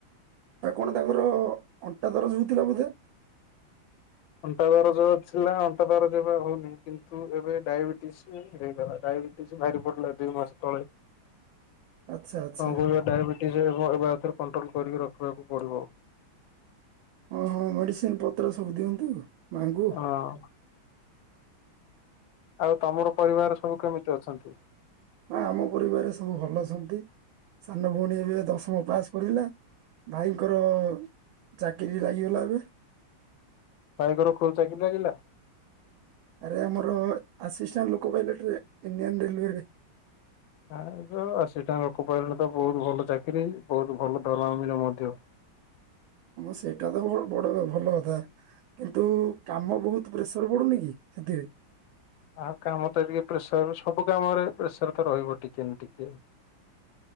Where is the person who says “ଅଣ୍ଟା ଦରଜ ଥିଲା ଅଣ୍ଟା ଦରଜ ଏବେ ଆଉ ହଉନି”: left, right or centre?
Left